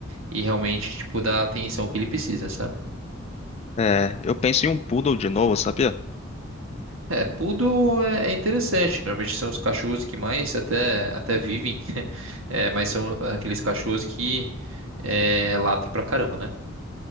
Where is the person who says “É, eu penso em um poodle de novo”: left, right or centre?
Left